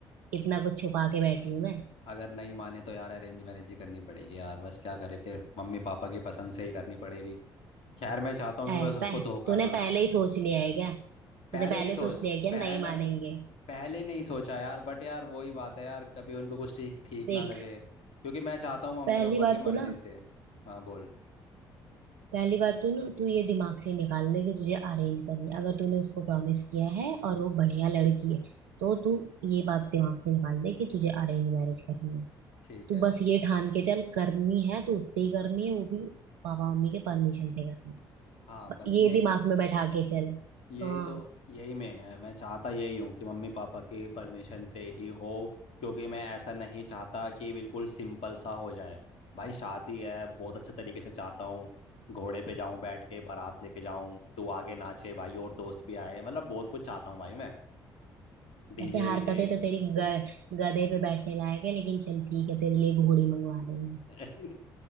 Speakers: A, on the right; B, on the left.
A: कितना कुछ छुपा के बैठी हूं मैं
B: अगर नहीं माने तो यार अरेंज मैरिज ही करनी पड़ेगी यार बस क्या करे फिर मम्मी पापा की पसंद से ही करनी पड़ेगी खैर मैं चाहता हूँ कि
A: ऐ
B: बस उसको
A: पह
B: धोखा
A: तूने
B: ना
A: पहले ही सोच लिया है क्या
B: पहले
A: तूने पहले
B: नहीं सो
A: सोच लिया है क्या
B: पहला
A: नहीं मानेंगे
B: पहले नहीं सोचा यार बट यार वही बात है यार कभी उनको कुछ ठीक ठीक
A: देख
B: ना लगे क्योंकि मैं चाहता हूँ मम्मी
A: पहली
B: पापा
A: बात
B: की
A: तो
B: मर्जी
A: ना
B: से हाँ बोल
A: पहली बात तो ना तू ये दिमाग से निकाल ले कि तुझे अरेंज करनी है अगर तूने उसको प्रॉमिस किया है और वो बढ़िया लड़की है तो तू ये बात दिमाग से निकाल दे कि तुझे अरेंज मैरिज करनी है
B: ठीक
A: तू
B: है
A: बस ये ठान के चल करनी है तो उससे ही करनी है वो भी पापा मम्मी के परमिशन से करनी है
B: हाँ
A: ब-
B: बस
A: ये
B: ये
A: दिमाग में बैठा के चल
B: यही
A: हाँ
B: तो यही मेन है मैं चाहता यही हूँ कि मम्मी पापा की परमिशन से ही हो क्योंकि मैं ऐसा नहीं चाहता कि बिल्कुल सिंपल सा हो जाए भाई शादी है बहुत अच्छे तरीके से चाहता हूँ घोड़े पे जाऊं बैठ के बारात लेके जाऊं तू आगे नाचे भाई और दोस्त भी आए मतलब बहुत कुछ चाहता हूँ भाई मैं डीजे
A: वैसे हरकतें
B: वीजे
A: तो तेरी ग, गधे पे बैठने लायक है लेकिन चल ठीक है तेरे लिए घोड़ी मंगवा देंगे
B: <laughs>